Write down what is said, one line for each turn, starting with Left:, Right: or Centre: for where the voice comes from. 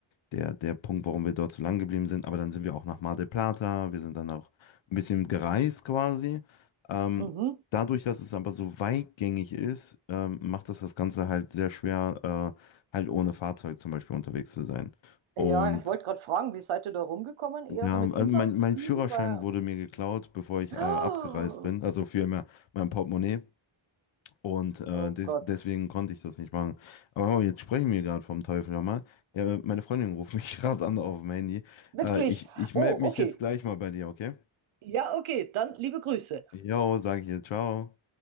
Left: der, der Punkt, warum wir dort so lang geblieben sind. Aber dann sind wir auch nach Mar del Plata, wir sind dann auch ein bisschen gereist quasi. Ähm,
Right: Mhm.
Left: dadurch, dass es aber so weitgängig ist, ähm, macht das das Ganze halt sehr schwer, äh, halt ohne Fahrzeug zum Beispiel unterwegs zu sein. Und
Right: Ja, ich wollte gerade fragen, wie seid ihr da rumgekommen? Eher
Left: ja,
Right: so mit
Left: also
Right: Inlandsflügen?
Left: mein, mein Führerschein
Right: Weil...
Left: wurde mir geklaut, bevor ich
Right: Oh,
Left: äh, abgereist bin, also für mein, mein Portemonnaie. Und äh,
Right: oh
Left: des
Right: Gott.
Left: deswegen konnte ich das nicht machen. Aber hör mal, jetzt sprechen wir gerade vom Teufel, hör mal. Ja, meine Freundin ruft mich <laughs> gerade an auf dem Handy.
Right: Wirklich?
Left: Äh, ich ich
Right: Oh,
Left: melde mich
Right: okay.
Left: jetzt gleich mal bei dir, okay?
Right: Ja, okay. Dann liebe Grüße.
Left: Jo, sage ich ihr, ciao.